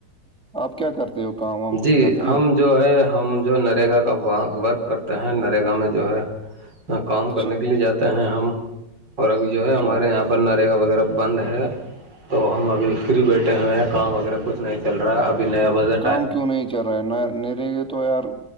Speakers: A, in the centre; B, on the right (about 80°).
A: آپ کیا کرتے ہو کام وام
B: جی
A: کچھ کرتے
B: ہم
A: ہو
B: جو ہے ہم جو نریگا کا و ورک کرتے ہیں نریگا میں جو ہے کام
A: اچھا
B: کرنے کے لیے جاتے ہیں ہم اور ابھی جو ہے
A: اچھا
B: ہمارے یہاں پرنرگا وغیرہ بند ہے تو ہم ابھی فری بیٹھے ہوئے ہیں کام وغیرہ کچھ نہیں چل رہا ہے ابھی نیا بازن
A: کام کیوں نہیں چل رہا ہے نے یہ تو یار